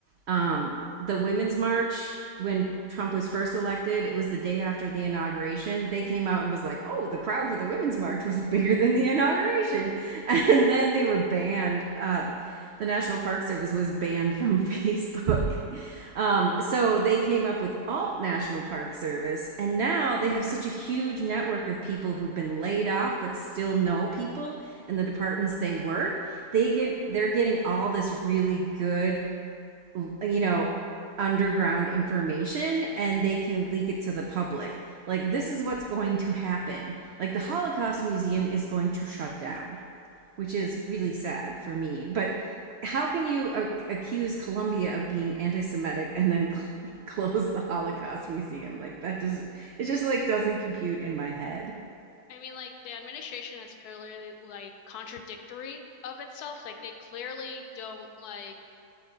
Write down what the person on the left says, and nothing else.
I mean, like the administration is clearly like contradictory of itself. Like they clearly don't like